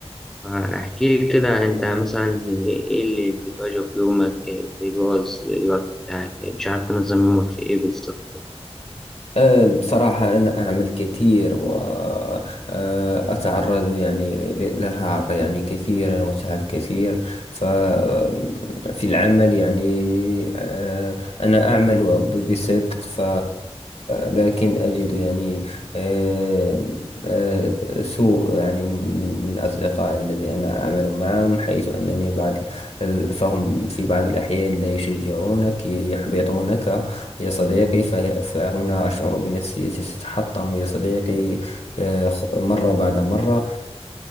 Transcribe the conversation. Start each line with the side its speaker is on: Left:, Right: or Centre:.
Centre: فاحكي لي كده أنت مثلا إيه اللي بتواجهه في يومك إيه، بيبوظ الوقت بتاعك إيه، مش عارف تنظم يومك في إيه بالظبط
Left: أه، بصراحة أنا أعمل كثير وأتعرض يعني للإرهاق يعني كثيرا وتعب كثير ففي العمل يعني أه، أنا أعمل ب- بصدق ف لكن أجد يعني أه، أه، سوء يعني من من أصدقاء الذي أنا أعمل معهم حيث أنني بعض ال- فهم في بعض الأحيان لا يشجعونك يحبطونك يا صديقي فه- فهنا أشعر بنفسيتي تتحطم يا صديقي آه، خ- مرة بعد مرة